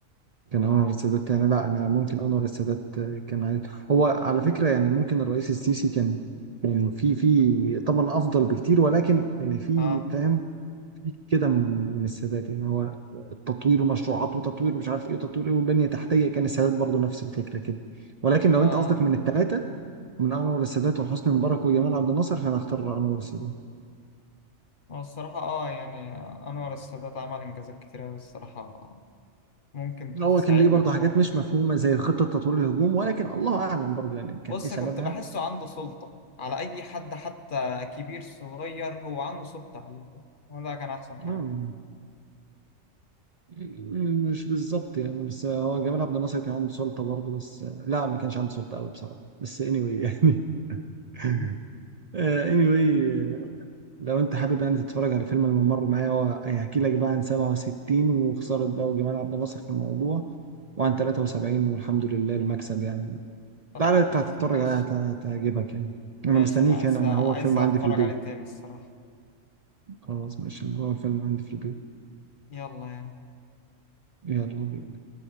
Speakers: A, on the right; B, on the left.
A: كان أنور السادات يعني لا أنا ممكن أنور السادات كان عايز هو على فكرة يعني ممكن الرئيس السيسي كان يعني في في طبعا أفضل بكتير ولكن يعني في
B: آه
A: فاهم في كده من من السادات يعني هو التطوير ومشروعات وتطوير مش عارف إيه وتطوير إيه وبنية تحتية كان السادات برضو نفس الفكرة كده ولكن لو
B: آه
A: أنت قصدك من
B: آه.
A: الثلاثة من انور السادات وحسني مبارك وجمال عبد الناصر فانا اختار انور السادات
B: هو الصراحة اه يعني أنور السادات عمل إنجازات كتير أوي الصراحة ممكن
A: هو
B: تساعدنا
A: كان ليه برضه
B: دلوقتي
A: حاجات مش
B: يعني
A: مفهومه زي خطه تطوير الهجوم ولكن الله اعلم برضه يعني كان
B: بص
A: ايه سببها
B: كنت بحسه عنده سلطة على أي حد حتى كبير صغير هو عنده سلطة عليه وده كان أحسن حاجة
A: مم.
B: يعني
A: مش بالظبط يعني بس هو جمال عبد الناصر كان عنده سلطه برضه بس لا ما كانش عنده سلطه قوي بصراحه بس anyway يعني <laughs>
B: <laughs>
A: آه، anyway لو انت حابب يعني تتفرج على فيلم الممر معايا هو هيحكي لك بقى عن 67 وخساره بقى وجمال عبد الناصر في الموضوع وعن 73 والحمد لله المكسب يعني
B: طب
A: تعالى
B: خلاص
A: انت هتتفرج
B: ماشي
A: عليها هت- هتعجبك يعني
B: ماشي
A: انا مستنيك
B: أنا عايز
A: هنا
B: عايز
A: انا هو الفيلم
B: أتفرج
A: عندي في البيت
B: عليه تاني الصراحة
A: خلاص ماشي هو الفيلم عندي في البيت
B: يلا يعني
A: يلا بينا